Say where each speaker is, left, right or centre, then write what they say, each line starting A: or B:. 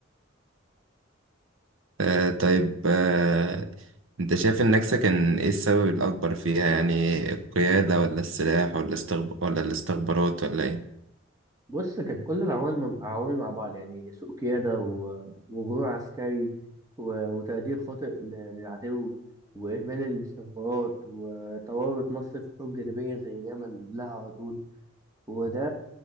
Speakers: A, on the right (about 70°); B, on the right (about 15°).
A: آه طيب آه أنت شايف النكسة كان إيه السبب الأكبر فيها يعني القيادة ولا السلاح ولا استخب... ولا الاستخبارات ولا إيه؟
B: بص كانت كل العوامل مع- عوامل مع بعض يعني سوء قيادة و- وغرور عسكري و- وتقدير خاطئ ل- للعدو وإهمال الاستخبارات وتورط مصر في حروب جانبية زي اليمن قبلها على طول وده